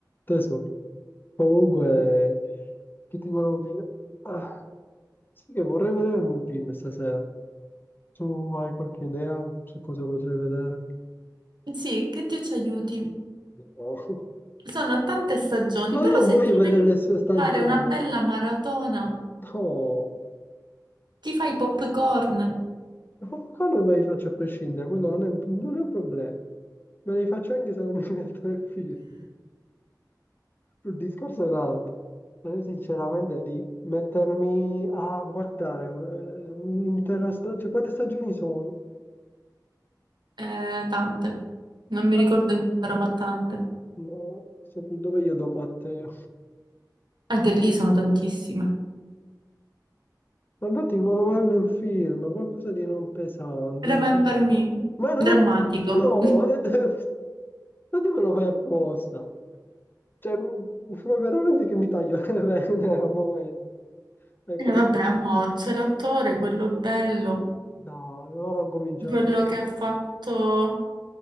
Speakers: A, on the left; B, on the right.
A: Teso, comunque, che ti volevo dire? Ah, sì che vorrei vedere un film stasera. Tu hai qualche idea su cosa potrei vedere?
B: Sì, che Dio ci aiuti.
A: No. <laughs>
B: Sono tante stagioni,
A: No,
B: però
A: non
B: se
A: voglio
B: ti
A: vedere
B: devi
A: le sue stagioni.
B: fare una bella maratona,
A: No,
B: ti fai i popcorn,
A: ma quello me li faccio a prescindere, quello non è, non è un problema. Me li faccio anche se non mi metto il film. Il discorso è un altro. Ma Io sinceramente di mettermi a guardare eh, un'intera stagione, cioè quante stagioni sono?
B: eh, tante. Non
A: Tanto,
B: mi ricordo il numero, ma tante.
A: no, se- dove io do matte
B: Anche lì sono tantissime.
A: Ma infatti volevo verne un film, qualcosa di non pesante.
B: Remember Me,
A: Ma non
B: drammatico.
A: è... No, non è- ma tu me lo fai
B: <laughs>
A: apposta. Cioè, non- ma veramente che mi taglio le vene al momento. È
B: E
A: qualcosa...
B: vabbè, mo c'è l'attore, quello bello,
A: No, ora cominciare
B: quello
A: così.
B: che ha fatto